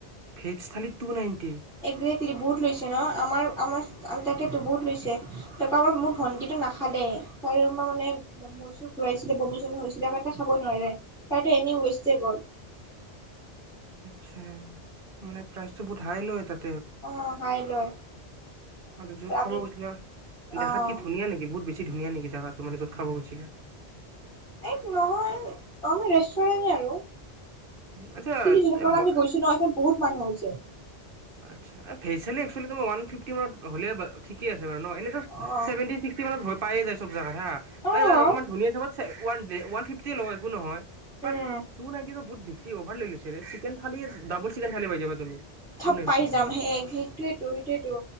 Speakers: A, on the right (about 55°); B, in the centre.
A: ভেজ থালি টু নাইনটি
B: একজেক্টলি বহুত লৈছে ন আমাৰ আমাৰ আমি তাকেতো বহুত লৈছে। ত কাবাৰ মোৰ ভণ্টিটো নাখালে তাইৰ ৰোমমা মানে মূৰ চুৰ ঘূৰাইছিলে বমি চমি হৈছিলে কাৰণ খাব নোৱাৰিলে তাইতো এনে ৱেষ্টে গ'ল।
A: আচ্ছা মানে প্ৰাইচটো বহুত হাই লয় তাত।
B: অ হাই লয়।
A: আৰু য'ত
B: আমি
A: খাব গৈছিলা
B: অ'
A: দেখাত কি ধুনীয়া নেকি বহুত বেছ- ছি ধুনীয়া নেকি জেগাটো মানে যত খাব গৈছিলা।
B: এই নহয় আমাৰ ৰেষ্টুৰেণ্টে আৰু।
A: আচ্ছা
B: কিন্তু যোনখনত
A: এ ৱা
B: আমি গৈছো ন এখন বহুত মানুহ হৈছে।
A: আচ্ছা ভেজ থালি একচুৱলি ওৱান ফিবটি মানত হলে ঠিক আছে বাৰু ন এনেই টো
B: অ'
A: ছেভেনটি ছি- টি মানত হৈ পায়ে যায় চব জোগাত হা, পায়
B: অ'
A: যাই অকমান ধুনীয়া তাইমত one day one fifty লয় একো নহয়
B: উম
A: বাট টু নাইনটিনত বহুত বেছ- অভাৰ লৈ লৈছে ৰে চিকন থালি ডাবল চিকেন থালি পাই যাবা তুমি।
B: থাপ
A: টু নাইনটিত
B: পাই যাম সে সেইটোৱেটো সেইটোৱেটো।